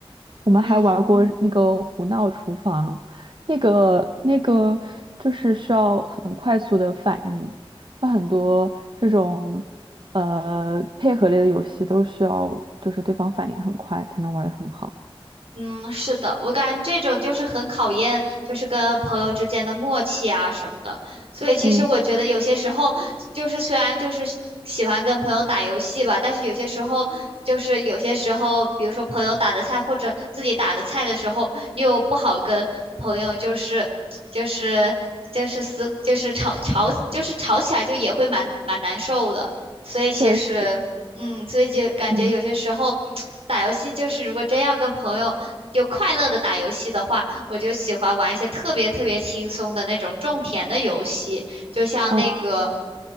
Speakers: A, on the right (about 55°); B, on the right (about 75°).
A: 我们还玩过那个胡闹厨房，
B: 嗯。
A: 那个那个就是需要很快速的反应。它很多这种呃配合类的游戏都需要就是对方反应很快才能玩得很好。
B: 嗯，是的，我感觉这种就是很考验，就是跟朋友之间的默契啊什么的。所以其实我觉得有些时候，
A: 嗯，
B: 就是虽然就是喜喜欢跟朋友打游戏吧，但是有些时候就是有些时候，比如说朋友打的菜或者自己打的菜的时候，又不好跟朋友就是就是就是撕就是吵吵就是吵起来就也会蛮蛮难受的。所以其实。
A: 确实，
B: 嗯，所以就感觉有些时候
A: 嗯，
B: <tsk> 打游戏就是，如果真要跟朋友就快乐的打游戏的话，我就喜欢玩一些特别特别轻松的那种种田的游戏，就像那个
A: 啊，